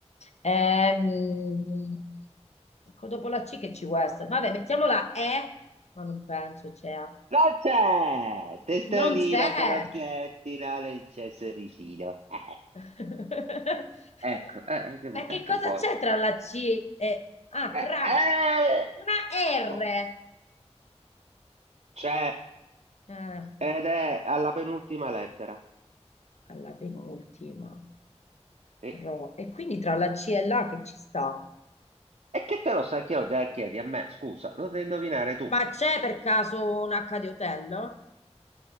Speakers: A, on the left; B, on the right.
A: Ehm, co- dopo la C che ci può essere? Vabbè, mettiamo la E, ma non penso c'è. A.
B: Non c'è! Testolina
A: Non c'è!
B: con occhietti, no, non c'è sorrisino. <laughs>
A: <laughs>
B: Ecco, eh, eh, che, vu-
A: Ma che
B: eh,
A: cosa
B: che vuoi?
A: c'è tra la C e... Ah,
B: Eh,
A: cra.
B: eh!
A: Una R.
B: Oh, C'è
A: Eh,
B: ed è alla penultima lettera.
A: alla penultima.
B: E,
A: Ro. E quindi tra la C e l'A che ci sta?
B: e che te lo sai che lo dai- chiedi a me? Scusa, lo devi indovinare tu.
A: Ma c'è per caso un H di hotel?